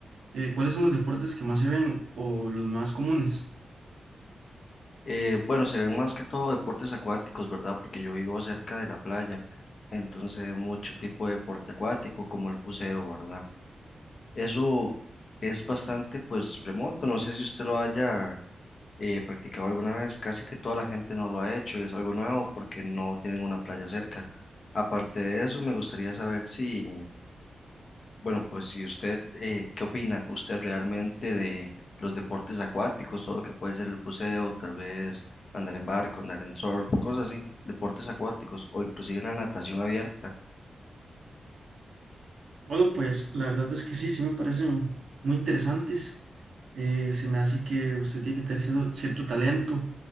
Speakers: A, on the right; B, on the left.
A: eh, ¿cuáles son los deportes que más se ven o los más comunes?
B: Eh, bueno, se ven más que todo deportes acuáticos, ¿verdad? Porque yo vivo cerca de la playa, entonces se ve mucho tipo de deporte acuático como el buceo, ¿verdad? Eso es bastante, pues, remoto, no sé si usted lo haya eh, practicado alguna vez, casi que toda la gente no lo ha hecho y es algo nuevo porque no tienen una playa cerca. Aparte de eso, me gustaría saber si... Bueno, pues si usted eh, qué opina? ¿Usted realmente de los deportes acuáticos, todo lo que puede ser el buceo, tal vez andar en barco, andar en surf, cosas así, deportes acuáticos o inclusive la natación abierta?
A: Bueno, pues la verdad es que sí, sí me parecen muy interesantes. Eh, se me hace que usted tiene que tener cierto, cierto talento